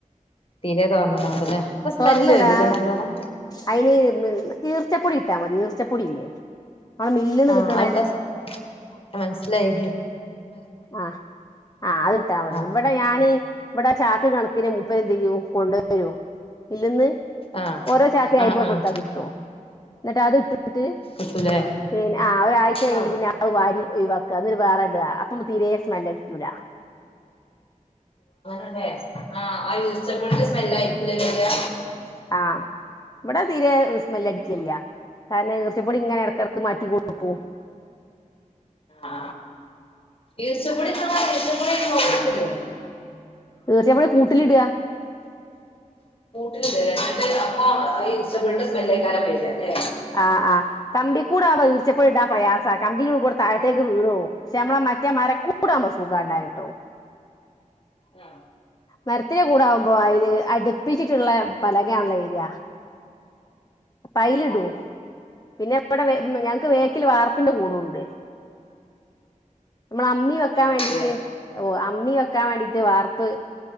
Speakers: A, on the left; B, on the left.
A: തീരെ തോന്നണ്ടാവൂലല്ലേ അപ്പൊ സ്മെല്ല്
B: തുറന്നടാ
A: വരൂല്ലേ നല്ലോണം
B: അയിന് തീർച്ചപ്പൊടി ഇട്ടാൽ മതി ഈർച്ചപ്പൊടിയില്ലേ നമ്മളെ മില്ലിന്ന്
A: ആ
B: കിട്ടണേ
A: ഔട്ടസു മനസിലായി
B: ആഹ് ആ് അത് ഇട്ടാൽ മതി
A: ആഹ്
B: ഇവിടെ ഞനീ ഇവിടെ ചാക്ക് കണക്കന് അപ്പ എന്ത് ചെയ്യും കൊണ്ട വരോ ഇല്ലന്ന്
A: ആഹ്
B: ഓരോ ചാക്രി അയിപോർ
A: ആഹ് ആഹ്
B: കൊടുത്താ കിട്ടും എന്നിട്ടത് ട്ട്
A: കിട്ടൂലേ
B: പിന്നെ ആ ഒരാഴ്ച കഴിഞ്ഞിട്ട്
A: ആഹ്
B: പിന്നെ അത് വാരി ഒയിവാക്ക കാത്തൊരു <unintelligible> <unintelligible> ഇപ്പം തീരെ സ്മെല്ലടിക്കൂല
A: അതേ ആഹ് ആ ഈർച്ചപ്പൊടിടെ സ്മെല്ലായി ക്കൂലല്ല്യ
B: ആഹ് ഇവിടെ തീരെ സ്മെല് അടിച്ചില്ല്യ കാരണം ഈർച്ചപ്പൊടി ഇങ്ങനെ എടക്കെടക്ക് മാറ്റി കൊടുക്കും
A: ആ ഈർച്ചപ്പൊടി <unintelligible> പ്പൊടി <unintelligible>
B: ഈർച്ച ഞമ്മള് <unintelligible> കൂട്ടിലിട
A: <unintelligible> അപ്പൊ ഇഷ്ടപ്പെട്ട സ് <unintelligible> ല്ലേ കാരം പര ലേ
B: ആ ആ കമ്പി കൂട് ആവുമ്പോ ഈർച്ചപ്പൊടി ഇടാൻ പ്രയാസ കമ്പി ടെ ഉള്ള്ക്കൂടേ താഴത്തേക്ക് വീണ് പോവും. പക്ഷെ നമ്മളെ മറ്റേമര കൂടാവുമ്പോ സുഖാടാന് ട്ടോ
A: ആ
B: മരത്തിന്റെ കൂടാവുമ്പോ അയില് അട്പ്പിച്ചിട്ട്ള്ളെ പലകയാണല്ലോ വര പൈലിടുവോ
A: ആഹ് ആഹ്
B: പിന്നെ ഇബടെ വെ ഞങ്ങക്ക്
A: ഉം
B: വേക്കിൽ വാർപ്പിന്റെ കൂടുണ്ട് നമ്മള അമ്മി വെക്കാൻ
A: അയിലുള്ളൂല്ലേ
B: വേണ്ടീട്ട് ഓ അമ്മി വെക്കാൻ വേണ്ടിട്ട് വാർപ്പ്